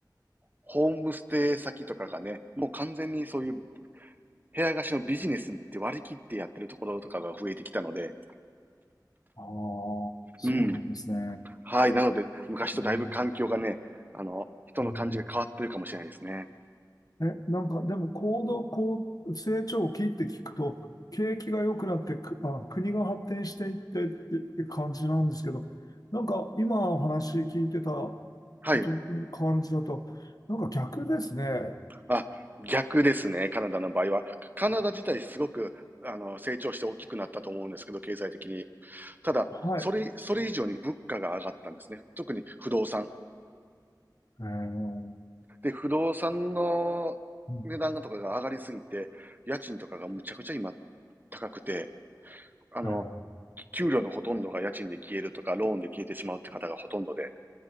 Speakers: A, on the right (about 25°); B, on the left (about 55°).
A: ホームステイ先とかがね、もう完全にそういう部屋貸しのビジネスって割り切ってやってるところとかが増えてきたので、
B: ああ、そうなんですね。
A: うん。はい。なので、昔とだいぶ環境がね、
B: うん
A: あの、人の感じが変わってるかもしれないですね。
B: うんえ、なんか、でも行動、こう、成長期って聞くと、景気が良くなってく、あ、国が発展していってって感じなんですけど、なんか今お話聞いてたと
A: はい。
B: 感じだと、なんか逆ですね。
A: あ、逆ですね、カナダの場合は。カナダ自体すごく、あの、成長して大きくなったと思うんですけど、経済的に。ただ、
B: はい。
A: それ、それ以上に物価が上がったんですね。特に不動産。
B: えー、
A: で、不動産の値段とかが上がりすぎて、
B: うん
A: 家賃とかがむちゃくちゃ今高くて、あの、
B: えー、
A: 給料のほとんどが家賃で消えるとか、ローンで消えてしまうって方がほとんどで。